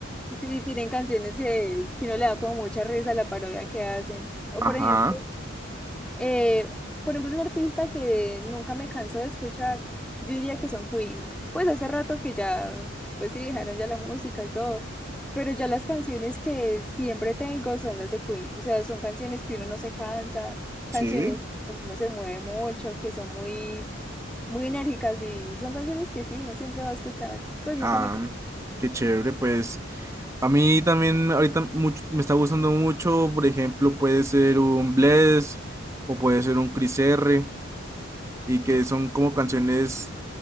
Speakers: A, in the centre; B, on the right.
A: Sí, tienen canciones que, que uno le da como mucha risa a la parodia que hacen. O
B: Ajá,
A: por ejemplo, eh, por ejemplo, un artista que nunca me canso de escuchar, yo diría que son Queen. Pues hace rato que ya, pues sí, dejaron ya la música y todo. Pero ya las canciones que siempre tengo son las de Queen. O sea, son canciones que uno no se cansa,
B: sí.
A: canciones que uno se mueve mucho, que son muy, muy enérgicas y son canciones que sí, uno siempre va a escuchar. Pues nunca
B: Ah,
A: me canso.
B: qué chévere, pues a mí también ahorita mucho, me está gustando mucho, por ejemplo, puede ser un Bless o puede ser un Cris R, y que son como canciones